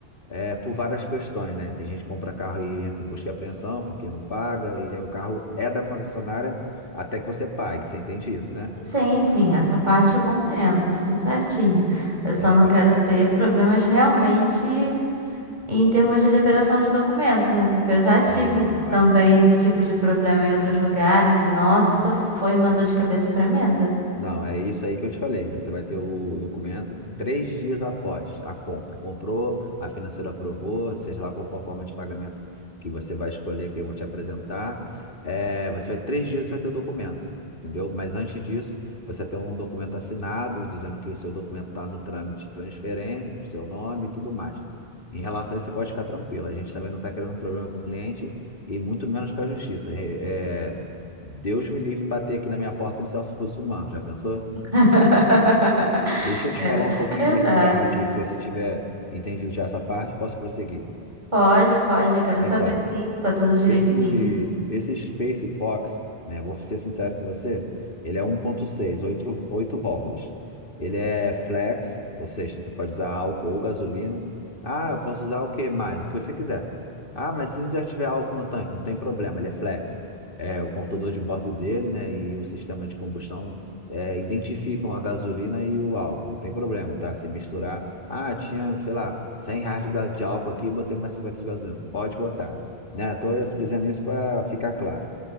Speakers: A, on the left; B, on the right.
A: É, por várias questões, né? Tem gente que compra carro e entra em busca e apreensão porque não paga, e aí o carro é da concessionária até que você pague. Você entende isso, né?
B: Sim, sim, essa parte eu compreendo, tudo certinho. Eu só
A: Então.
B: não quero ter problemas realmente Em termos de liberação de documento, né? Porque eu já tive
A: Não, não, não,
B: também
A: é.
B: esse tipo de problema em outros lugares e, nossa, foi uma dor de cabeça tremenda.
A: Não, é isso aí que eu te falei. Você vai ter o documento três dias após a compra. Comprou, a financeira aprovou, seja lá qual for a forma de pagamento que você vai escolher, que eu vou te apresentar. É, você vai três dias você vai ter o documento, entendeu? Mas antes disso, você tem um documento assinado dizendo que o seu documento está no trâmite de transferência, para o seu nome e tudo mais. Em relação a isso, você pode ficar tranquilo. A gente também não está criando problema com o cliente e muito menos com a justiça. É, Deus me livre bater aqui na minha porta um Celso Russomano, já pensou?
B: <laughs>
A: Deixa eu te falar um pouquinho
B: É
A: desse
B: verdade.
A: carro aqui, se você tiver entendido já essa parte, posso prosseguir.
B: Pode, pode. Eu quero
A: Então,
B: saber sim, se tá tudo direitinho.
A: Esse, esse Space Fox, né? Vou ser sincero com você, ele é 1.6, oito, 8 válvulas. Ele é flex, ou seja, você pode usar álcool ou gasolina. Ah, eu posso usar o que mais? O que você quiser. Ah, mas se já tiver álcool no tanque, não tem problema, ele é flex. É, o computador de bordo dele, né, e o sistema de combustão é, identificam a gasolina e o álcool, não tem problema, tá? Se misturar, ah, tinha, sei lá, 100 reais de ga- de álcool aqui, botei mais 50 de gasolina. Pode botar né? Tô dizendo isso para ficar claro.